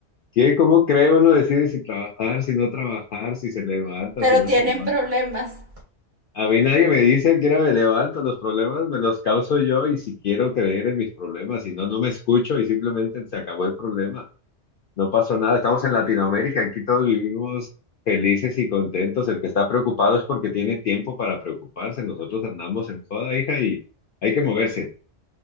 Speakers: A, on the left (about 60°); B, on the right (about 40°).
A: ¿Qué, cómo cree uno decide si trabajar, si no trabajar, si se levanta,
B: pero
A: si no
B: tienen
A: se levanta?
B: problemas.
A: A mí nadie me dice que era me levanto, los problemas me los causo yo y si quiero creer en mis problemas, si no, no me escucho y simplemente se acabó el problema. No pasó nada, estamos en Latinoamérica, aquí todos vivimos felices y contentos. El que está preocupado es porque tiene tiempo para preocuparse. Nosotros andamos en joda, hija, y hay que moverse.